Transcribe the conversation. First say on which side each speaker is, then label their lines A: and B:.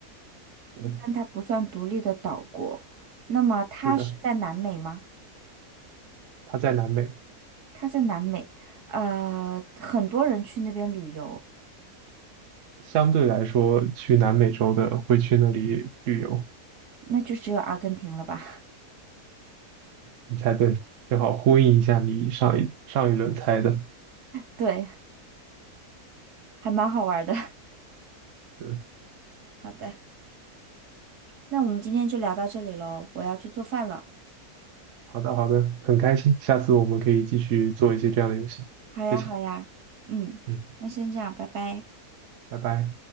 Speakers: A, on the right (about 60°); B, on the right (about 80°).
A: 嗯，
B: 但它不算独立的岛国。那么它是在南美吗？
A: 是的，它在南美。
B: 它在南美，呃，很多人去那边旅游，
A: 相对来说，去南美洲的会去那里旅游。
B: 那就只有阿根廷了吧？<laughs>
A: 你猜对，正好呼应一下你上一上一轮猜的。
B: 对，还蛮好玩的。
A: 嗯，
B: <laughs> 好的。那我们今天就聊到这里喽，我要去做饭了。
A: 好的好的，很开心，下次我们可以继续做一些这样的游戏。
B: 好呀，
A: 谢谢，
B: 好呀，嗯，
A: 嗯，
B: 那先这样，拜拜。
A: 拜拜。